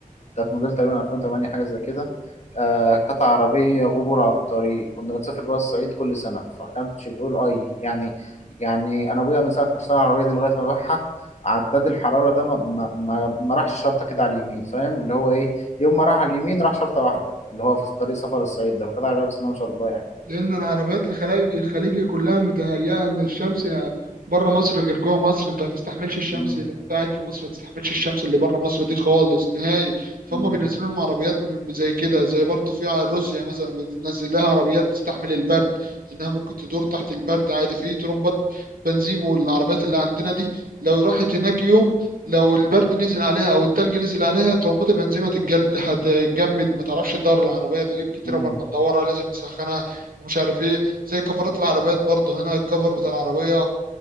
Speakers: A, on the left; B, on the right.
A: كانت موديل تقريبا 2008 حاجه زي كده آه كانت عربيه غور على الطريق كنا بنسافر بقى الصعيد كل سنه فكانتش بتقول اي يعني يعني انا ابويا من ساعه ما اشترى العربيه دي لغايه ما باعها عداد الحراره ده ما, ما, ما, ما راحش شرطه كده على اليمين فاهم اللي هو ايه يوم ما راح على اليمين راح شرطه واحده اللي هو في طريق سفر الصعيد ده فكانت عربيه بس ما شاء الله يعني
B: لأن العربيات الخليج الخليجي كلها متهيئة إن الشمس يعني بره مصر غير جوه مصر أنت ما تستحملش الشمس
A: مم.
B: أنت قاعد في مصر ما تستحملش الشمس اللي بره مصر دي خالص نهائي فهم
A: مم.
B: بينزلوا لهم عربيات من- زي كده زي برضه في ع- روسيا مثلا بينزل لها عربيات تستحمل البرد إنها ممكن تدور تحت البرد عادي في ترمبات بنزين والعربيات اللي عندنا دي لو راحت هناك يوم لو البرد نزل عليها او التلج نزل عليها ترمبات البنزين هتتجل هتتجمد ما تعرفش تدور العربيه تغيب كتير
A: مم.
B: قبل ما تدورها لازم تسخنها ومش عارف ايه زي كفرات العربيات برضه هنا الكفر بتاع العربية